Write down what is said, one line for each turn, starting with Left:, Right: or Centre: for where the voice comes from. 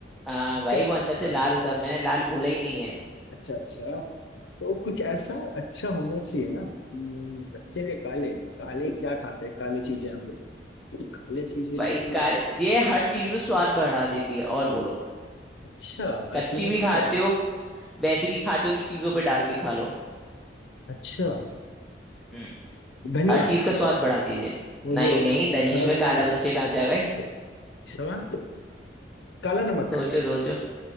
Centre: हाँ
Left: उसके
Centre: भाई
Left: अ,
Centre: वो अंदर से लाल होता है मैंने लाल बोला ही नहीं है
Left: अच्छा अच्छा तो कुछ ऐसा अच्छा होना चाहिए ना हम्म, बच्चे हैं काले काले क्या खाते हैं काली चीजें हम लोग काले चीजें
Centre: भाई काले ये हर चीज में स्वाद बढ़ा देती है और बोलो
Left: अच्छा हर
Centre: कच्ची
Left: चीज में
Centre: भी खाते
Left: स्वाद
Centre: हो वैसे भी खाते हो कि चीजों पे डाल के खा लो
Left: अच्छा
Centre: हम्म
Left: धनिया
Centre: हर चीज का स्वाद बढ़ाती है ये
Left: वो
Centre: नहीं
Left: जो
Centre: नहीं
Left: ह-
Centre: धनिये
Left: खड़ा धनिया
Centre: में काला
Left: होता
Centre: बच्चे कहाँ
Left: है
Centre: से आ गए
Left: अच्छा काला नमक
Centre: सोचो सोचो